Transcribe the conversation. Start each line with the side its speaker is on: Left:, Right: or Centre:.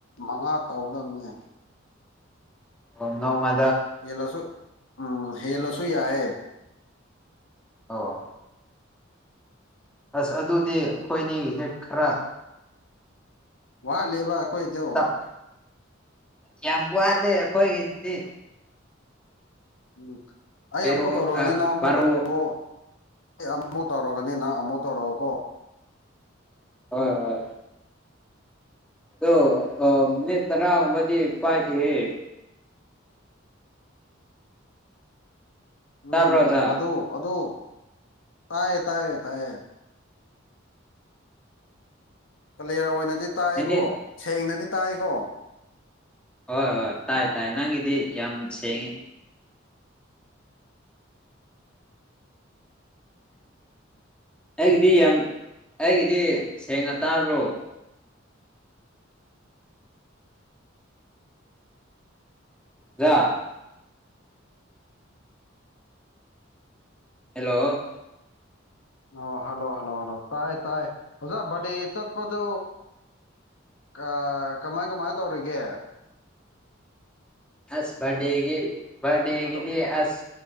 Left: ꯃꯉꯥ ꯇꯧꯒꯗꯝꯅꯦ
Centre: ꯑꯣ ꯅꯣꯡꯃ
Left: ꯍꯦꯜꯂꯁꯨ ꯎꯝ ꯍꯦꯜꯂꯁꯨ ꯌꯥꯏꯌꯦ
Centre: ꯑꯣ ꯑꯁ ꯑꯗꯨꯗꯤ ꯑꯩꯈꯣꯏꯅꯤꯒꯤꯁꯦ ꯈꯔ
Left: ꯋꯥꯠꯂꯤꯕ ꯈꯣꯏꯗꯣ
Centre: ꯇꯞ ꯌꯥꯝ ꯋꯥꯗꯦ ꯈꯣꯏꯒꯤꯁꯤꯗꯤ
Left: ꯎꯝ ꯑꯩ
Centre: ꯄꯦꯔꯣ
Left: ꯑꯃꯨꯛ ꯇꯧꯔꯛꯑꯗꯤ ꯅꯪ ꯑꯃꯨꯛꯀ
Centre: ꯕꯥꯔꯣ
Left: ꯇꯧꯔꯛꯑꯣ ꯑꯩ ꯑꯃꯨꯛ ꯇꯧꯔꯒꯅꯤ ꯅꯪ ꯑꯃꯨꯛ ꯇꯧꯔꯛꯑꯣꯀꯣ
Centre: ꯍꯣꯏ ꯍꯣꯏ ꯑꯗꯣ ꯑ ꯃꯤꯅꯠ ꯇꯔꯥꯒꯨꯝꯕꯗꯤ ꯄꯥꯏꯈꯤꯌꯦ
Left: ꯎꯝ
Centre: ꯇꯥꯕ꯭ꯔꯥ ꯑꯣꯖꯥ
Left: ꯑꯗꯣ ꯑꯗꯣ ꯇꯥꯏꯌꯦ ꯇꯥꯢꯌꯦ ꯇꯥꯢꯌꯦ ꯀꯂꯤꯌꯔ ꯑꯣꯏꯅꯗꯤ ꯇꯥꯏꯀꯣ
Centre: ꯃꯤꯅꯤꯠ
Left: ꯁꯦꯡꯅꯗꯤ ꯇꯥꯏꯀꯣ
Centre: ꯍꯣꯏ ꯍꯣꯏ ꯇꯥꯏ ꯇꯥꯏ ꯅꯪꯒꯤꯗꯤ ꯌꯥꯝ ꯁꯦꯡꯉꯤ ꯑꯩꯒꯤꯗꯤ ꯌꯥꯝ ꯑꯩꯒꯤꯗꯤ ꯁꯦꯡꯅ ꯇꯥꯕ꯭ꯔꯣ ꯗꯥ ꯍꯦꯜꯂꯣ
Left: ꯑꯣ ꯍꯜꯂꯣ ꯍꯜꯂꯣ ꯍꯜꯂꯣ ꯇꯥꯏ ꯇꯥꯥꯏ ꯑꯣꯖꯥ ꯕꯔꯠꯗꯦ ꯆꯠꯄꯗꯨ ꯑꯥ ꯀꯃꯥꯏ ꯀꯃꯥꯏ ꯇꯧꯔꯤꯒꯦ
Centre: ꯑꯁ ꯕꯔꯠꯗꯦꯒꯤ ꯕꯔꯠꯗꯦꯒꯤꯗꯤ
Left: ꯑꯗꯣ
Centre: ꯑꯁ